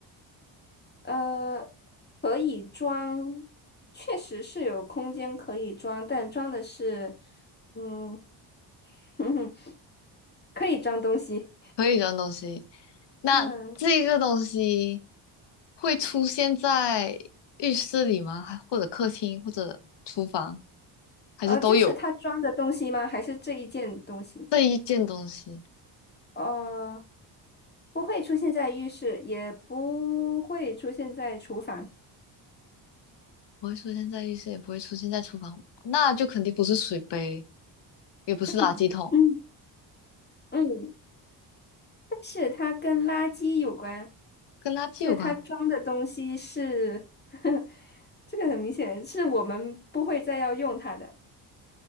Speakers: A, on the left; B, on the left.
A: 呃，可以装，确实是有空间可以装，但装的是，嗯，<laughs> 可以装东西，
B: 可以装东西。那这个东西
A: 嗯，
B: 会出现在浴室里吗？还或者客厅，或者厨房，还是都有
A: 呃，就是它装的东西吗？还是这一件东西？
B: 这一件东西？
A: 呃，不会出现在浴室，也不会出现在厨房。
B: 不会出现在浴室，也不会出现在厨房，那就肯定不是水杯，也不是垃圾桶，
A: 嗯嗯，嗯，但是它跟垃圾有关，
B: 跟垃圾有关，
A: 就是它装的东西是，<laughs> 这个很明显是我们不会再要用它的。